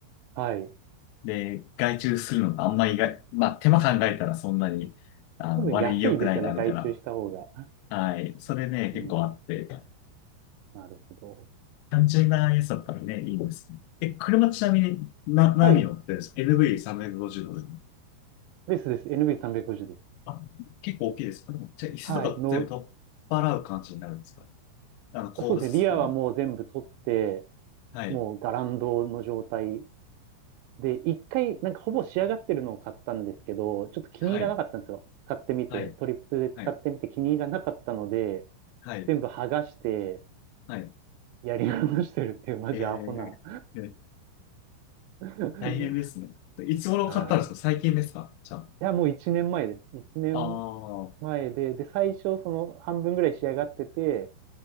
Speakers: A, on the right; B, on the left.
A: はい。
B: で、外注するのがあんまりがまあ手間考えたらそんなに、あの、
A: 多分安いですよね、
B: 悪い良くないな、みたいな。
A: 外注した方が。
B: はい。それね、結構あって、
A: うん、なるほど。
B: 単純なやつだったらね、いいです。え、車ちなみに、な、何乗ってるんですか
A: はい、
B: ?NV350 ドル。
A: ですです。NB350 です。
B: あ、結構大きいです。でもじゃあ、椅子とか全部取っ払う感じになるんですか
A: はい、の、
B: あの、後部座席も。
A: そうですね、リアはもう全部取って、
B: はい。
A: もうガランドの状態で、一回、なんかほぼ仕上がってるのを買ったんですけど、ちょっと気に入らなかったんですよ。
B: はい。
A: 使ってみて、
B: はい。
A: トリップで使ってみて気に入らなかったので、
B: はい。はい。
A: 全部剥がして、
B: はい。
A: やり直してるっていう、マジアホな。
B: えー、え
A: <laughs>
B: 大変ですね。いつ頃買ったんですか最近ですかじゃあ。
A: はい。いや、もう1年前です。1年
B: ああ、は
A: 前で、で、最初、その半分ぐらい仕上がってて、